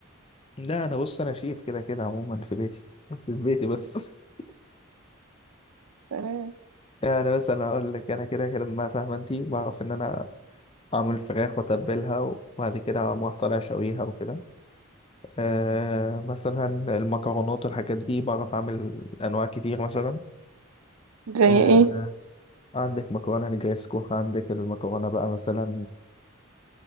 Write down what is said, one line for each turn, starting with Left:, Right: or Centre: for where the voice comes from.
Left: لا انا بص انا شيف كده كده عموما في بيتي في بيتي بس
Right: سلام
Left: <laughs> يعني بس انا اقول لك انا كده كده ما فاهمه انت بعرف ان انا اعمل فراخ واتبلها وبعد كده اقوم رايح طالع شويها وكده آه مثلا المكرونات والحاجات دي بعرف اعمل انواع كتير مثلا
Right: زي
Left: آه،
Right: ايه
Left: عندك مكرونة نجريسكو عندك المكرونة بقى مثلا